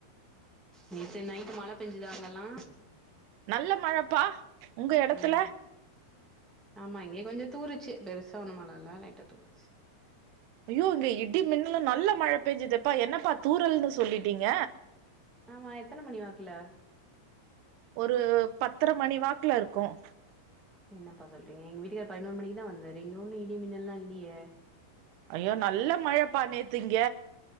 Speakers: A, in the centre; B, on the right (about 75°).
A: நேத்து நைட்டு மழ பெஞ்சுதா அங்கல்லா
B: நல்ல மழப்பா உங்க எடத்துல
A: ம் ஆமா இங்கயு கொஞ்சோ தூருச்சு பெருசா ஒன்னு மழ எல்லா இல்ல லைட்டா தூறுச்சு
B: ஐ்யோ இங்க இடி மின்னலு நல்ல மழை பெயஞ்சுதுப்பா என்னப்பா தூரல்ன்னனு சொல்லிட்டீங்க
A: ஆமா எத்தனை மணி வாக்ல
B: ஒரு பத்தரை மணி வாக்குல இருக்கும்
A: என்னப்பா சொல்றீங்க எங் வீட்டுக்காரர் பதினோரு மணிக்கு தா வந்தாரு இங்க ஒன்னு இடி மின்னல்லாம் இல்லயே
B: ஐயோ நல்ல மழைப்பா நேத்து இங்க